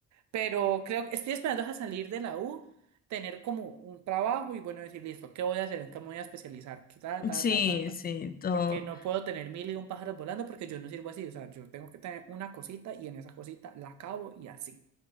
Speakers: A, on the right; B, on the left.
A: Pero creo que estoy esperando a salir de la U, tener como un trabajo y bueno, decir, listo, ¿qué voy a hacer? ¿En qué me voy a especializar? Que Ta, ta,
B: Sí,
A: ta, ta, ta.
B: sí, todo.
A: Porque no puedo tener mil y un pájaros volando porque yo no sirvo así. O sea, yo tengo que tener una cosita y en esa cosita la acabo y así.